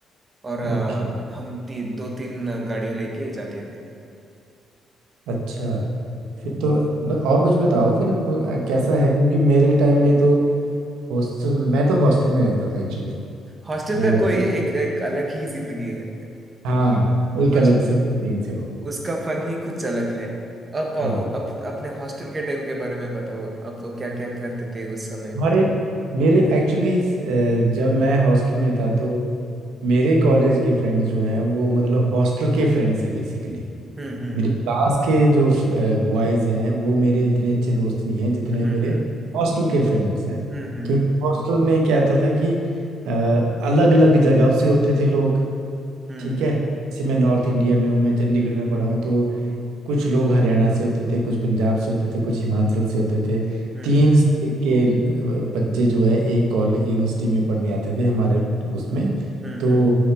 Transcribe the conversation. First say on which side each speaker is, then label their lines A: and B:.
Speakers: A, on the right (about 30°); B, on the right (about 90°).
A: और अ,
B: ओके
A: हम ती, दो तीन गाड़ियों लेके जाते थे
B: अच्छा
A: हम्म।
B: फिर तो ब- और कुछ बताओ फिर हो- कैसा है क्योंकि मेरे टाइम में तो हॉस्टल मैं तो हॉस्टल में रहता था एक्चुअली
A: हॉस्टल
B: वो
A: का कोई एक एक अलग ही जिंदगी है
B: हाँ एक
A: हॉस्ट
B: अलग से एक्सपीरियंस है वो
A: उसका फन ही कुछ अलग है अब
B: हाँ
A: अप, अपने हॉस्टल के टाइम के बारे में बताओ आप क्या क्या करते थे उस समय
B: हमारे
A: में
B: मेरे एक्चुअली जब मैं हॉस्टल में था तो मेरे कॉलेज के फ्रेंड्स जो हैं वो मतलब हॉस्टल के फ्रेंड्स हैं बेसिकली
A: हम्म हम्म
B: मेरे क्लास के जो बॉयज़ हैं वो मेरे इतने अच्छे दोस्त नहीं हैं जितने
A: हम्म
B: मेरे
A: हम्म
B: हॉस्टल के फ्रेंड्स हैं
A: हम्म हम्म
B: क्योंकि
A: हम्म
B: हॉस्टल में क्या होता था कि अलग अलग जगहों से होते थे लोग
A: हम्म
B: ठीक है जैसे मैं नॉर्थ इंडिया में हूँ मैं चंडीगढ़ में पढ़ा हूँ तो कुछ लोग हरियाणा से होते थे कुछ पंजाब से होते थे कुछ हिमाचल से होते थे
A: हम्म
B: तीन
A: हम्म
B: स्टेट के ल- बच्चे जो है एक कॉलेज यूनिवर्सिटी में पढ़ने आते थे हमारे उसमें
A: हम्म
B: तो
A: हम्म